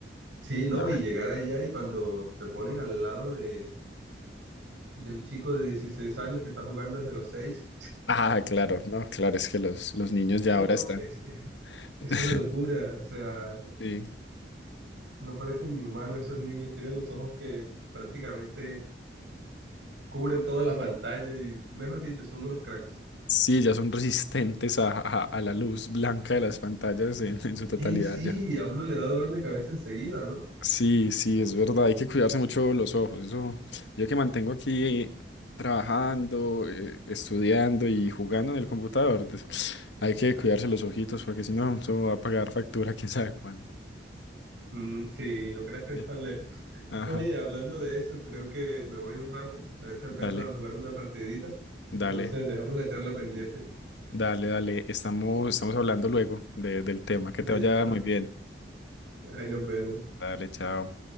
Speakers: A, on the right (about 85°); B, on the left (about 80°).
A: sí, no,
B: No.
A: y llegar allá y cuando te ponen al lado de, de un chico de 16 años que está jugando desde los 6,
B: Ah, claro, no, claro, es que los, los niños
A: no,
B: ya ahora están.
A: es, es es
B: <laughs>
A: una locura. O sea,
B: Sí.
A: no parecen ni humanos esos niños, tienen los ojos que prácticamente cubren toda la pantalla y, mejor dicho, son unos cracks.
B: Sí, ya son resistentes a, a- a la luz blanca de las pantallas en, en su totalidad.
A: Eh, sí, a uno le da dolor de cabeza enseguida, ¿no?
B: Sí, sí, es verdad, hay que cuidarse mucho los ojos. Eso, yo que mantengo aquí trabajando, eh, estudiando y jugando en el computador, des- hay que cuidarse los ojitos porque si no, eso va a pagar factura <laughs> quién sabe cuándo.
A: Mm, sí, no creas que es
B: Sí.
A: tan lejos.
B: Ajá,
A: Oye, hablando de eso, creo que me voy un rato, a ver si alcanzo
B: dale,
A: a jugarme una partidita.
B: dale,
A: Entonces, dejamos la charla pendiente.
B: dale, dale. Estamos, estamos hablando luego de- del tema. Que
A: Listo,
B: te vaya muy bien.
A: ahí nos vemos.
B: Dale, chao.